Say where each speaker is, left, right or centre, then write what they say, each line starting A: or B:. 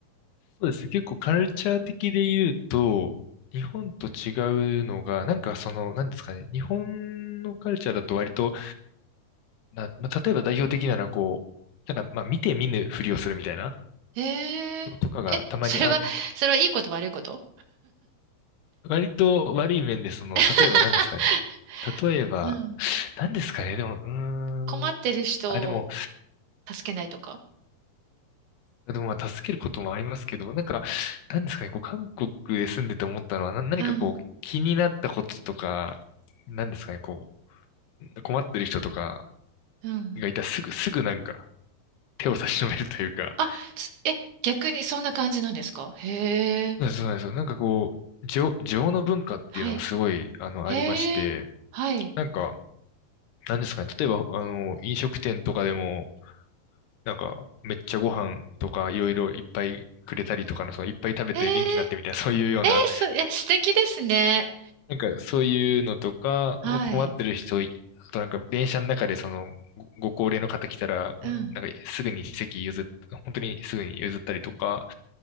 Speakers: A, on the left; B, on the right.
A: そうですね。結構カルチャー的で言うと、日本と違うのが、なんかその、なんですかね。日本のカルチャーだと割と、な、まあ、例えば代表的なのはこう、なんかまあ見て見ぬふりをするみたいな
B: えー、
A: のとかがたまにあ、
B: え、それは、それはいいこと悪いこと
A: 割と悪い面でその、
B: <laughs>
A: 例えばなんですかね。例えば、
B: うん。
A: なんですかね。でも、うー
B: 困ってる人を
A: ん。あ、でも、
B: 助けないとか
A: でもまあ助けることもありますけど、なんか、なんですかね、こう韓国で住んでて思ったのは、な、何かこう気になったこととか、
B: うん、
A: なんですかね、こう困ってる人とか
B: うん。
A: がいたらすぐ、すぐなんか手を差し伸べるというか、
B: あ、すえ、逆にそんな感じなんですかへえ、
A: そうなんです、そうなんですよ。なんかこう、情、情の文化っていうのがすごい、
B: はい。
A: あの、
B: へえ、
A: ありまして、
B: はい。
A: なんか、なんですかね、例えば、あの、飲食店とかでも、なんか、めっちゃご飯とかいろいろいっぱいくれたりとかの、そのいっぱい食べて元気になってみたいな、
B: えー、
A: そういうような、
B: えー、そ、え、素敵ですね。
A: なんかそういうのとか、
B: はい。
A: 困ってる人い、あとなんか電車の中でそのごご高齢の方来たら、
B: うん。
A: なんかすぐに席譲っ、本当にすぐに譲ったりとか、